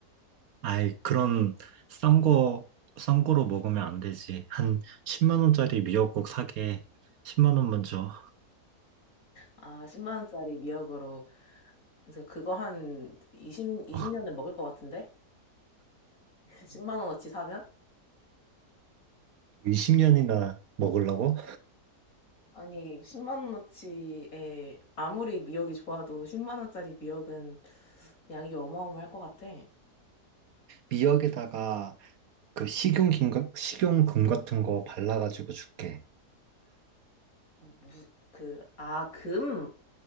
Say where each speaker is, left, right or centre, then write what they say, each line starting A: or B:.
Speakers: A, on the right; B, on the left.
A: 아이, 그런 싼 거, 싼 거로 먹으면 안 되지. 한 10만 원짜리 미역국 사게 10만 원만 줘.
B: 아, 10만 원짜리 미역으로. 그래서 그거 한 20, 이십
A: 어,
B: 년을 먹을 것 같은데? <laughs> 10만 원어치 사면?
A: 20년이나 먹으려고?
B: 아니, 10만 원어치에 아무리 미역이 좋아도 10만 원짜리 미역은 양이 어마어마할 것 같아.
A: 미역에다가 그 식용김, 같- 식용금 같은 거 발라가지고 줄게.
B: 무, 그, 아, 금?